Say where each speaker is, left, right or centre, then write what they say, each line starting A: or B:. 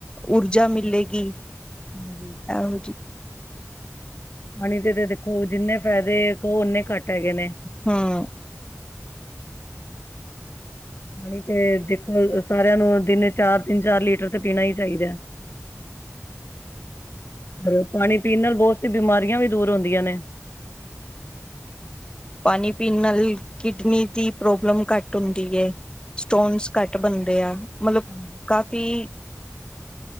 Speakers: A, on the left (about 20°); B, on the left (about 50°).
A: ਊਰਜਾ ਮਿਲੇਗੀ।
B: ਹਾਂਜੀ।
A: ਐਹੋ ਜੀ,
B: ਪਾਣੀ ਤੇ ਦੇਖੋ, ਜਿੰਨੇ ਫੈਦੇ ਕਹੋ, ਓਨੇ ਘੱਟ ਹੈਗੇ ਨੇ।
A: ਹਾਂ।
B: ਪਾਣੀ ਤੇ ਦੇਖੋ, ਸਾਰਿਆਂ ਨੂੰ ਦਿਨੇ ਚਾਰ, ਤਿੰਨ -ਚਾਰ ਲੀਟਰ ਤੇ ਪੀਣਾ ਹੀ ਚਾਹੀਦਾ। ਔਰ, ਪਾਣੀ ਪੀਣ ਨਾਲ ਬਹੁਤ ਸੀ ਬਿਮਾਰੀਆਂ ਵੀ ਦੂਰ ਹੁੰਦੀਆਂ ਨੇ।
A: ਪਾਣੀ ਪੀਣ ਨਾਲ ਹੀ, ਕਿਡਨੀ ਦੀ ਪ੍ਰੋਬਲਮ ਘੱਟ ਹੁੰਦੀ ਐ। ਸਟੋਨਸ ਘੱਟ ਬਨਦੇ ਆ, ਮਤਲਬ
B: ਹਾਂਜੀ ਹਾਂਜੀ।
A: ਕਾਫੀ। ਕੀ,